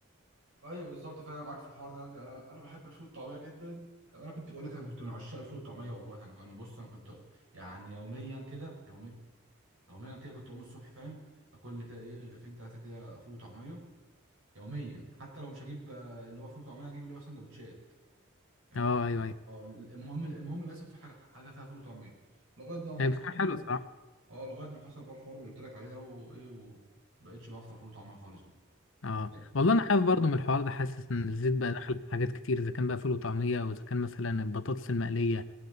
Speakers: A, on the right; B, on the left.
A: ايوه بالظبط فعلا معاك في الحوار ده انا أنا بحب الفول والطعميه جدا انا كنت بقول لك انا كنت من عشاق الفول والطعميه والله انا انا بص انا كنت يعني يوميا كده يومي يوميا كده كنت اقوم الصبح فاهم اكل كده ايه رغيفين ثلاثه كده فول وطعميه يوميا حتى لو مش هجيب آه، اللي هو فول وطعميه هجيب اللي هو سندوتشات فاهم
B: اه ايوه ايوه
A: اه المهم المهم لازم في حاجه حاجه فيها فول وطعميه لغايه بقى ما حصل
B: هي بتكون حلو
A: الحوار
B: صراحه
A: اه لغايه ما حصل بقى الحوار اللي قلت لك عليه ده وايه وبقيتش بقى افطر فول وطعميه خالص بقى
B: اه
A: طب
B: والله
A: طب
B: انا خايف برضو من الحوار ده حاسس ان الزيت بقى دخل في حاجات كتير اذا كان بقى فول وطعميه او اذا كان مثلا البطاطس المقليه